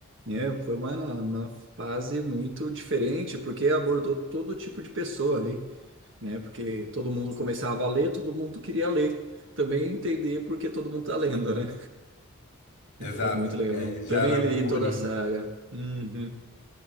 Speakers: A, on the right; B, on the left.
A: É, foi uma, uma fase muito diferente, porque abordou todo tipo de pessoa ali, né? Porque todo mundo começava a ler, todo mundo queria ler. Também entender porque todo mundo tá lendo, né?
B: Exato,
A: E foi muito legal.
B: e aí já
A: Também
B: era
A: li
B: burburinho.
A: toda a saga. Uhum.